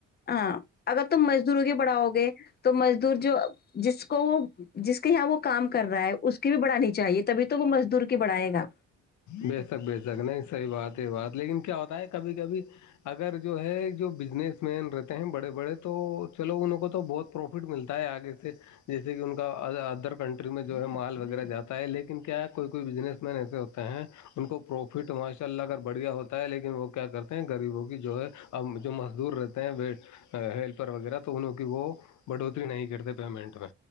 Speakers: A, on the left; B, on the left.
A: ہاں اگر تم مزدوروں کی بڑھاؤ گے تو مزدور جو جس کو وہ جس کے یہاں وہ کام کر رہا ہے اس کی بھی بڑھانی چاہیے تبھی تو وہ مزدور کی بڑھائے گا
B: بیچ تک بیچ تک نہیں صحیح بات بات لیکن کیا ہوتا ہے کبھی کبھی اگر جو ہے جو بزنس مین رہتے ہیں بڑے بڑے تو چلو ان کو تو بہت پروفٹ ملتا ہے آگے سے جیسے کہ ان کا ادر کنٹری میں جو ہے مال وغیرہ جاتا ہے لیکن کیا ہے کوئی کوئی بزنس ایسے ہوتے ہیں ان کو پروفٹ ماشاء اللہ اگر بڑھیا ہوتا ہے لیکن وہ کیا کرتے ہیں غریبوں کی جو ہے ا جو مزدور رہتے ہیں ہیلپر وغیرہ تو انوں کی وہ بڑھوتری نہیں کرتے پیمنٹ میں